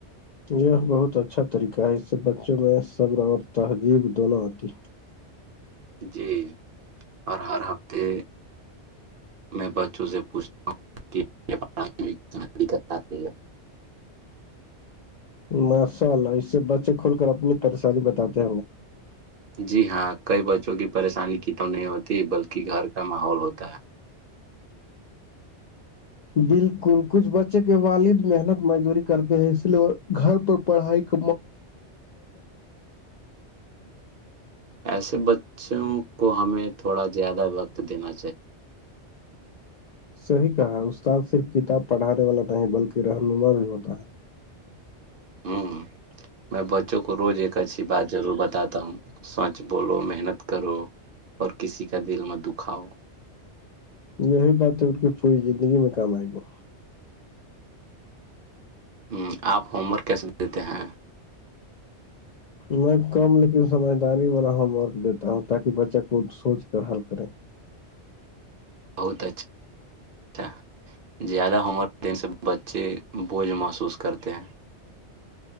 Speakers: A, on the left; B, on the right.
A: یہ بہت اچھا طریقہ ہے اس سے بچوں میں صبر اور تہذیب دونوں آتی ہے
B: جی اور ہر ہفتے میں بچوں سے پوچھتا ہوں کہ پڑھائی
A: ماشاءاللہ اس سے بچے کھول کر اپنی پریشانی بتاتے
B: جی ہاں کئی بچوں کی پریشانی کی توم نہیں ہوتی بلکہ گھر کا ماحول ہوتا ہے
A: بالکل کچھ بچے کے والد محنت مزدوری کرتے ہیں اس لیے گھر پر پڑھائی <inaudible>
B: ایسے بچوں کو ہمیں تھوڑا زیادہ وقت دینا
A: صحیح کہا ہے استاد صرف کتاب پڑھانے والا نہیں بلکہ رہنما بھی ہوتا ہے <inaudible>
B: ہوں میں بچوں کو روز ایک اچھی بات ضرور بتاتا ہوں سچ بولو محنت کرو اور کسی کا دل مت دکھاؤ
A: یہی بات ان کی پوری زندگی میں کام ائے گی
B: ہوں آپ ہوم ورک کیسے دیتے ہیں
A: میں کم لیکن سمجھداری والا ہوم ورک دیتا ہوں تاکہ بچہ خود سوچ کر حل کرے
B: بہت اچھا اچھا زیادہ ہوم ورک سے بچے بوجھ محسوس کرتے ہیں